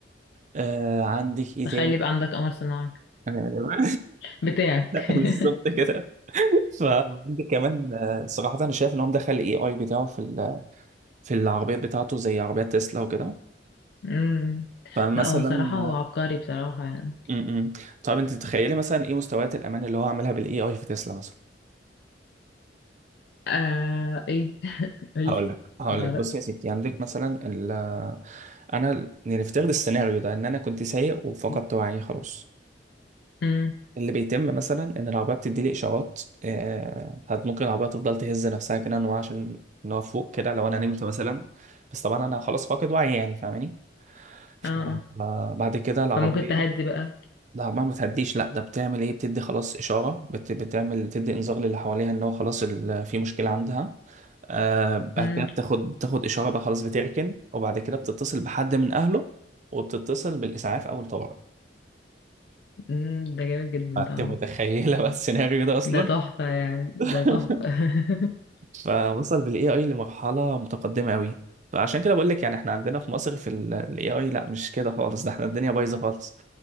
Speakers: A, on the right; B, on the left.
A: آه عندك ايه
B: تخيل
A: تاني
B: يبقى عندك قمر صناعي
A: <laughs>
B: بتاعك <laughs>
A: بالظبط كده فعندك كمان آه، صراحة أنا شايف إن هو مدخل ال AI بتاعه في ال- في العربيات بتاعته زي عربيات تسلا وكده
B: أمم.
A: فمثلا
B: لا هو صراحة هو عبقري بصراحة يعني
A: م-م. طب انت تتخيلي مثلا ايه مستويات الامان اللي هو عاملها بالاي اي في تسلا مثلا
B: آه ايه <laughs> قلت
A: هقول لك هقول
B: بقى
A: لك بص يا ستي عندك مثلا ال انا نفترض السيناريو ده ان انا كنت سايق وفقدت
B: رأيي.
A: وعي خلاص
B: أمم.
A: اللي بيتم مثلا ان العربيه بتدي لي اشارات آه هت- ممكن العربيه تفضل تهز نفسها كده ان هو عشان ان هو فوق كده لو انا نمت مثلا بس طبعا انا خلاص فاقد وعي يعني فاهماني فبعد
B: اه آه.
A: كده العربيه
B: فممكن تهدي بقى
A: لا عمرها ما تهديش لا ده بتعمل ايه بتدي خلاص اشاره بت... بتعمل تدي انذار للي حواليها ان هو خلاص ال... في مشكله عندها آه بعد
B: أمم.
A: كده بتاخد بتاخد اشاره بقى خلاص بتركن وبعد كده بتتصل بحد من اهله وبتتصل بالاسعاف او الطوارئ
B: أمم. ده جامد جدا
A: انت
B: طبعا
A: متخيله بقى السيناريو ده اصلا
B: ده تحفة يعني ده
A: <laughs>
B: تحفة <laughs>
A: فوصل بالاي اي لمرحله متقدمه قوي فعشان كده بقول لك يعني احنا عندنا في مصر في الاي اي لا مش كده خالص ده احنا الدنيا بايظه خالص